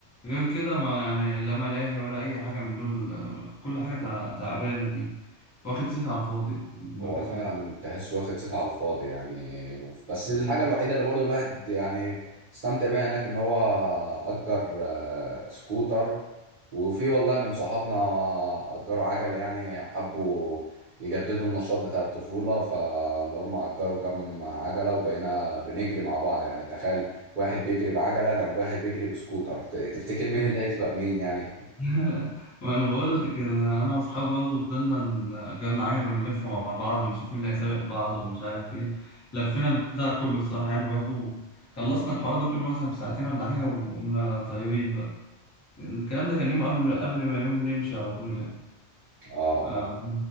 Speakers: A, on the left (about 15°); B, on the right (about 45°).
A: غير كده ما يعني لا ملاهي ولا اي حاجه من دول آه، كل حاجه تع- تعبانه فيه واخد صيت على الفاضي المكان
B: هو فعلا
A: ده
B: تحس واخد صيت على الفاضي يعني وف- بس
A: مم.
B: الحاجة الوحيدة اللي برضو الواحد يعني استمتع بيها هناك ان هو أجر آه، سكوتر وفي والله من صحابنا أجروا عجل يعني حبوا يجددوا النشاط بتاع الطفولة فاللي هم أجروا كام عجلة وبقينا بنجري مع بعض يعني تخيل واحد بيجري بعجلة جنب واحد بيجري بسكوتر ت- تفتكر مين
A: <laughs>
B: اللي هيسبق مين يعني
A: <laughs> ما انا بقول لك إن انا واصحابي برضه فضلنا ن- جالنا عجله ونلف مع بعض ونشوف مين اللي هيسابق بعض ومش عارف ايه لفينا البتاع كله الصراحه يعني برضه خلصنا الحوار ده كله مثلا في ساعتين ولا حاجه وقمنا طايرين بقى الكلام ده كان يوم قبل قبل ما يوم نمشي على طول يعني
B: اه
A: آه
B: اه
A: بس